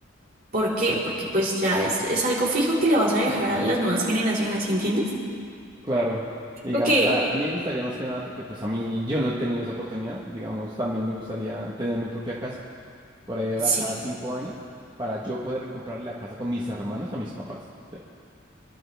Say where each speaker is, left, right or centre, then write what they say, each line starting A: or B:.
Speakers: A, on the right; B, on the right.
A: ¿Por qué? Porque pues ya es, es algo fijo que le vas a dejar a las nuevas generaciones, ¿sí ¿entiendes?
B: claro. Digamos,
A: Porque
B: a, a mí me gustaría más que nada porque pues a mí yo no he tenido esa oportunidad. Digamos, también me gustaría tener mi propia casa por ahí a
A: sí,
B: cada cinco años para yo poder comprarle la casa con mis hermanos a mis papás. ¿sí?